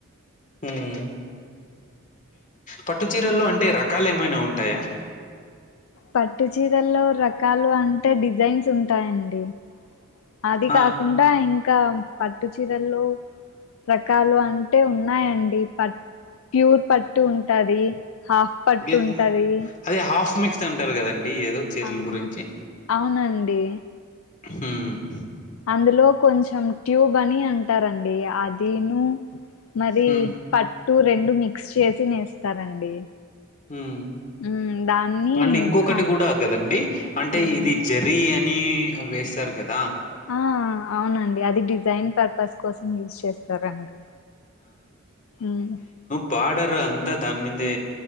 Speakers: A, on the left (about 40°); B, on the left (about 70°).
A: హ్మ్. పట్టు చీరల్లో అంటే రకాలు ఏమైనా ఉంటాయా
B: పట్టు చీరల్లో రకాలు అంటే డిజైన్స్ ఉంటాయండి అది
A: ఆ!
B: కాకుండా కూడా ఇంకా పట్టు చీరల్లో రకాలు అంటే ఉన్నాయండి పట్ ప్యూర్ పట్టు ఉంటాది హాఫ్ పట్టు
A: ఏదో
B: ఉంటది
A: అదే హాఫ్ మిక్స్ అంటారు కదండి ఏదో చీరల
B: ఆ
A: గురించి
B: అవునండి
A: హూం
B: అందులో కొంచెం ట్యూబ్ అని అంటారండి అదినూ మరీ
A: హ్మ్.
B: పట్టు రెండు మిక్స్ చేసి నేస్తారండి
A: మ్
B: ఉమ్ దాన్ని
A: అండి ఇంకొకటి
B: హ
A: కూడా కదండి అంటే
B: ఏదండి
A: ఇది జర్ ర్రీ అని వేస్తారు కదా
B: ఆ అవునండి అది డిజైన్ పర్పస్ కోసం యూస్ చేస్తారండి మ్
A: బాడర్ అంతా దాని మీదే